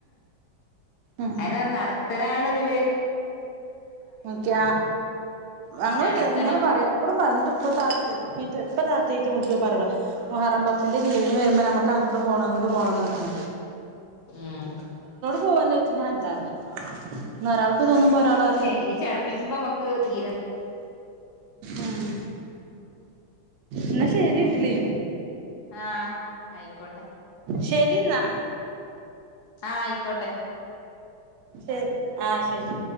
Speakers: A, on the right; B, on the left.
A: ഉം
B: അനാ നടത്തലാണ്തില്
A: ക്കെ് ഞങ്ങള്ൾ
B: നടത്തണം
A: ഇങ്ങനെ പറയാ എപ്പോഴും പറഞ്ഞിട്ട് ഇപ്പ താത്ത് ഇപ്പ താ വിളിച്ച പറുള്ളൂ മഹറം ബത്തിന്റെ ലീവിന് വരുമ്പോ നമുക്ക് അങ്ങോ് പോകണം അങ്ങോ് പോണം നോക്കെ
B: ആഹ
A: പോവല്ലേ ചച്ചഛനഞാല്ലാറ എന്നാ ഒരാൾക്ക് തോന്നുമ്പോ ഒരാൾ അറിയും
B: നീ ചടപ്പിച്ചുമ്പോ നമുക്ക് തീര
A: ആഹ എന്നാ ശരി ഇട്ടില്ലേ
B: ആഹ ആയിക്കോട്ടെ
A: ശരിെന്നാൽ
B: ആഹ ആയിക്കോട്ടെ
A: ശരി ആഹ ശരി